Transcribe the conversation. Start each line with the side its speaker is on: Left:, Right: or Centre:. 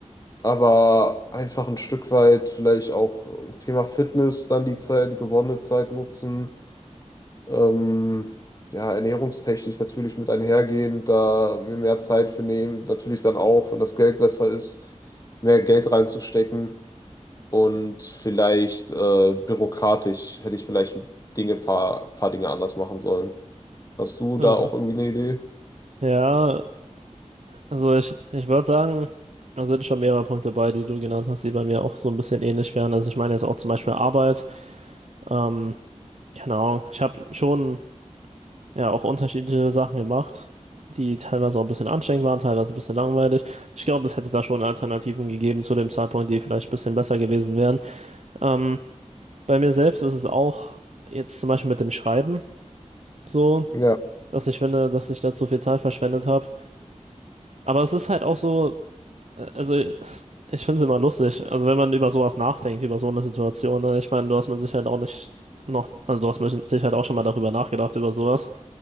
Left: Aber einfach ein Stück weit vielleicht auch Thema Fitness dann die Zeit, die gewonnene Zeit nutzen. Ähm, ja, ernährungstechnisch natürlich mit einhergehend, da mir mehr Zeit für nehmen. Natürlich dann auch, wenn das Geld besser ist, mehr Geld reinzustecken. Und vielleicht äh, bürokratisch hätte ich vielleicht Dinge, paar, paar Dinge anders machen sollen. Hast du
Right: ja,
Left: da auch irgendwie eine Idee?
Right: ja. Also ich, ich würde sagen, da sind schon mehrere Punkte bei, die du genannt hast, die bei mir auch so ein bisschen ähnlich wären. Also ich meine jetzt auch zum Beispiel Arbeit. Ähm, keine Ahnung. Ich habe schon ja auch unterschiedliche Sachen gemacht, die teilweise auch ein bisschen anstrengend waren, teilweise ein bisschen langweilig. Ich glaube, es hätte da schon Alternativen gegeben zu dem Zeitpunkt, die vielleicht ein bisschen besser gewesen wären. Ähm, bei mir selbst ist es auch jetzt zum Beispiel mit dem Schreiben so,
Left: Ja,
Right: dass ich finde, dass ich da zu viel Zeit verschwendet habe. Aber es ist halt auch so, äh, also ich finde es immer lustig. Also wenn man über sowas nachdenkt, über so eine Situation, ne? Ich meine, du hast mit Sicherheit auch nicht noch, also du hast mit Sicherheit auch schon mal darüber nachgedacht, über sowas.